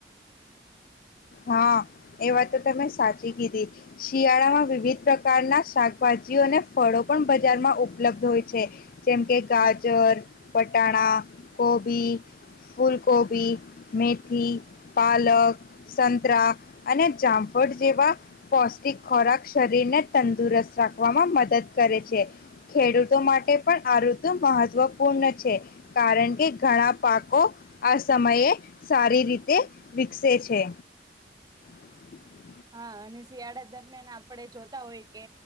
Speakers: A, on the left (about 50°); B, on the right (about 20°).
A: હાં એ વાત તો તમે સાચી કીધી શિયાળામાં વિવિધ પ્રકારના શાક ભાજીઓને ફળો પણ બજારમાં ઉપલબ્ધ હોય છે. જેમ કે રાજ ગાજર, વટાણા કોબી, ફૂલકોબી, મેથીથી, પાલક સંતરા અને જામફળ જેવા પૌષ્ટિક ખોરાક શરીરને તંદુરસ્ત રાખવામાં મદદ કરે છે. ખેડૂતો માટે પણ આ ઋતુ મહત્વપૂર્ણ છે. કારણ કે ઘણાં પાકો આ સમયે સારી રીતે વિકસે છે. <inaudible>
B: હાં અને શિયાળા દરમિયાન આપણે જોતા હોય કે,